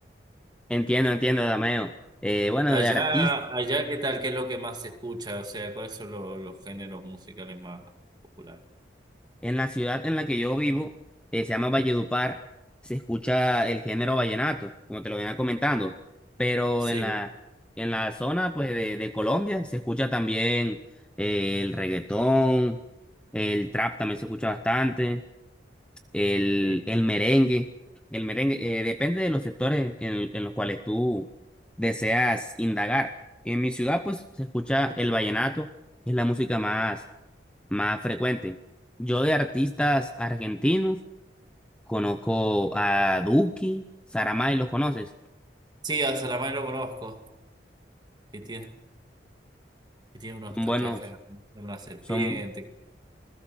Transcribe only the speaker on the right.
Allá,
allá, ¿qué tal? ¿Qué es lo que más se escucha? O sea, ¿cuáles son lo- los, géneros musicales más populares?
Sí,
sí.
Sí, a Saramago lo conozco, que tiene, que tiene unos
tatuajes,
de una serpiente,